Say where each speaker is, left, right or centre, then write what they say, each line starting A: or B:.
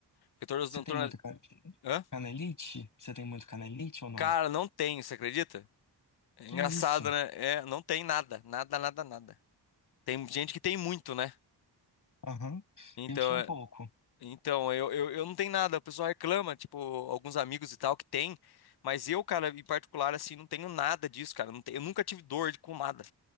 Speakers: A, on the left; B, on the left.
A: Porque tornozelo,
B: Você tem
A: torno...
B: muita ca-
A: Hã?
B: canelite? Você tem muito canelite ou não?
A: Cara, não tem, você acredita? É
B: Que
A: engraçado,
B: isso?
A: né? É, não tem nada, nada, nada, nada. Tem gente que tem muito, né?
B: Aham.
A: Então,
B: Eu tinha um pouco.
A: Então, eu, eu, eu não tenho nada, o pessoal reclama, tipo, alguns amigos e tal que tem, mas eu, cara, em particular, assim, não tenho nada disso, cara, não tenho- eu nunca tive dor de pomada,